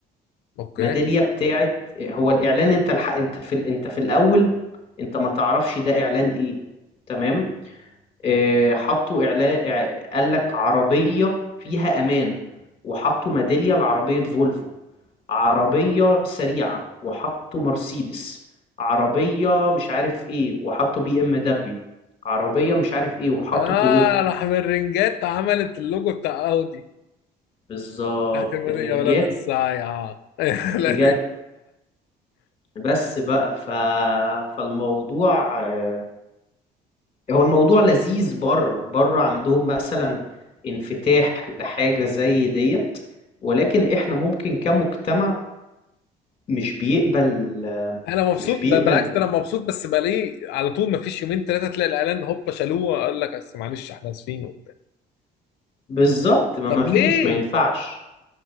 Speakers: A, on the left; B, on the left.
A: اوكي
B: ميدالية بتاعت آه، هو الإعلان أنت الح... أنت في ال- أنت في الأول أنت ما تعرفش ده إعلان إيه تمام آه، حطوا إعلان قال لك عربية فيها أمان وحطوا ميدالية لعربية فولفو عربية سريعة وحطوا مرسيدس عربية مش عارف ايه وحطوا بي ام دبليو عربية مش عارف ايه وحطوا
A: اه
B: تويوتا
A: راح من رنجات عملت اللوجو بتاع اودي
B: بالظبط
A: بتاعت المدن
B: الرنجات
A: يا ولاد الساعه <laughs> لا،
B: بجد بس بقى ف... فالموضوع آه، هو الموضوع لذيذ بره بره عندهم مثلا انفتاح لحاجة زي ديت ولكن احنا ممكن كمجتمع مش بيقبل آه،
A: انا مبسوط
B: مش بيقبل
A: ده بالعكس ده انا مبسوط بس بلاقيه على طول ما فيش يومين ثلاثه تلاقي الاعلان هوبا شالوه قال لك بس معلش احنا اسفين
B: بالظبط ما
A: طب
B: ما فيش
A: ليه؟
B: ما ينفعش